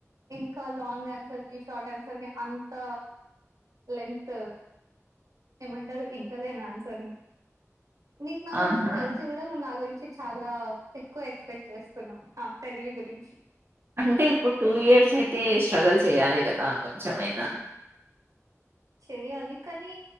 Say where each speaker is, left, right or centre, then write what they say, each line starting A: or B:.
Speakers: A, on the right (about 90°); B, on the right (about 45°).
A: ఇంకా లాంగ్ ఆన్సర్ కి షార్ట్ ఆన్సర్ కి అంత లెంత్ ఏమంటారు ఇగ్గలేను ఆన్సర్ ని నీకు నా గురించి
B: ఆహా
A: తెలిసి కూడా నా గురించి చాలా ఎక్కువ ఎక్స్పెక్ట్ చేస్తున్నాం నా తెలివి గురించి
B: అంటే ఇప్పుడు టూ ఇయర్స్ అయితే స్ట్రగుల్ చేయాలి కదా కొంచెమైనా
A: సో నైస్ చేయ్యాలి కానీ